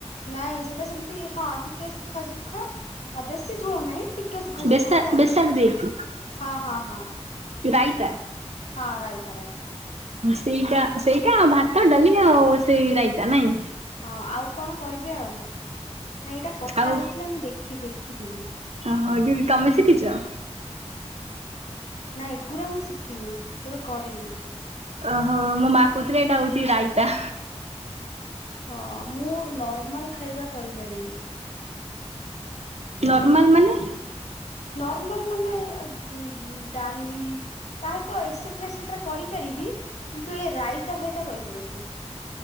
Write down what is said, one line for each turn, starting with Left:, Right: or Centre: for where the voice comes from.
Left: ନାଇଁ ସେଟା ସେମତି ହଁ ଟିକେ ସୁଖା ସୁୁଖା ଆଉ ବେଶୀ ଝୋଳ ନାଇଁ ଟିକେ ସୁଖା
Right: ବେସା
Left: ସୁୁଖା ହବ ଆଉ
Right: ବେସର ଦେଇକି
Left: ହଁ ହଁ ହଁ।
Right: ରାଇତା
Left: ହଁ ରାଇ ତା ରାଇତା।
Right: ସେଇଟା ସେଇଟା ଭାତ ଡାଲି ଆଉ ସେଇ ରାଇତା ନାଇଁ।
Left: ହଁ ଆଉ କଣ କରିବେ ଆଉ। ନାଁ ଏଇଟା କଟା
Right: ଆଉ
Left: ହେଇଥିଲା ମୁଁ ଦେଖି ଦେଖିଥିଲି।
Right: ହଁ ଦିଦି ତମେ ଶିକିଚ?
Left: ନାଁ ଏଗୁରା ମୁଁ ଶି ଖିନି କେବେ କରିନି।
Right: ଅହ ମୋ ମା କୋହୁଥୁଲେ ଏଇଟା ହୋଉଚି ରାଇତା।
Left: ହଁ ମୁଁ ନର୍ମାଲ ଖାଇବା କରିପାରିବି।
Right: ନର୍ମାଲ ମାନେ
Left: ନର୍ମାଲ ମାନେ ଉଁ, ଡାଲି ତା ସହିତ ଏକ୍ସଟ୍ରା ସେଟାରେ କରିପାରିବି କିନ୍ତୁ ଏ ରାଇ ଫତା ଫାଇତା କରିପାରିବିନି।